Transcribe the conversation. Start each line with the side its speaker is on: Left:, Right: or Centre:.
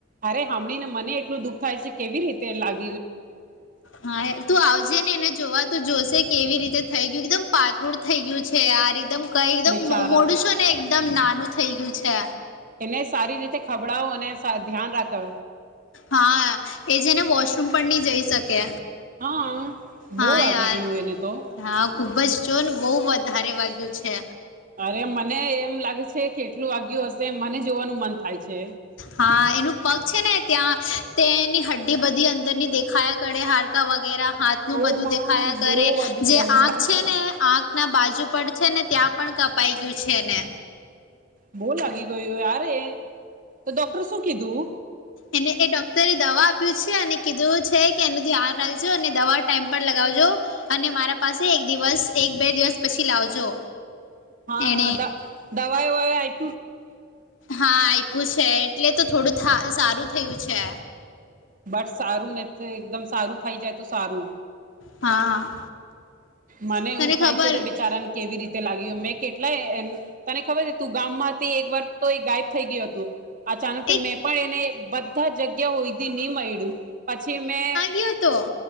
Right: અરે સાંભળી ને મને એટલું દુઃખ થાય છે કેવી રીતે લાગે
Left: હા તું આવજે ને એને જોવા તો જોશે કેવી રીતે થઈ ગયું એકદમ પાતળ થઈ ગયું છે આજ એકદમ કઈ એકદમ
Right: બેચારા
Left: મોડું છો ને એકદમ નાનું થઇ ગયું છે
Right: એને સારી રીતે ખભડાવો અને ધ્યાન રાખો
Left: હા એ જેને વોશરૂમ પણ નહી જઈ શકે
Right: હા બહુ
Left: હા
Right: વાગી
Left: યાર
Right: ગયું એને તો
Left: હા ખુબજ જો ને બહ ધારે વાગય્યું છે
Right: અરે મને એમ લાગે છે કેટલું વાગય્યું હશે મને જોવાનું મન થાય છે
Left: હા એનું પગ છે ને ત્યાં તેની હડ્ડી બધી અર અંદર ની દેખાયા કરે હડકા વગેરે હાથ નું
Right: ઓ
Left: બધું
Right: માં
Left: દેખાયા કરે
Right: બહુ વધુ
Left: જે
Right: લાગી
Left: આંખ
Right: ગયું.
Left: છે ને આક ના બાજુ પડ છે ને ત્યાં પણ કપાઈ ગયું છે ને
Right: બહ લાગી ગયું રે તો ડોક્ટર શું કીધું
Left: એને એ ડોક્ટરે દવા આપ્યું છે અને કીધું છે કે એનું ધ્યાન રાખજો અને દવા ટાઈમ પર લગાવ અને મારા પાસે એક દિવસ એક બે દિવસ પછી લાવજો
Right: હા
Left: એણે
Right: હા દવાઈવા આ
Left: હા આપ્યું છે એટલે તો થોડું સારું થયું છે
Right: બસ સારું ને તો એકદમ સારું થઈ જાય તો સારું
Left: હા
Right: મને
Left: તને
Right: એવું
Left: ખબર
Right: થાય છે તો બેચારાને કેવી રીતે લાગ્યું મેં કેટલાય એમ તને ખબર છે તું ગામ મા હતી એક વાર તો એ ગાયબ થઈ ગયું હતું અચાનક
Left: એક
Right: મેં પણ એને બધા જગ્યા હોઈડી નહી મળ્યું પછી મેં
Left: કયો હતો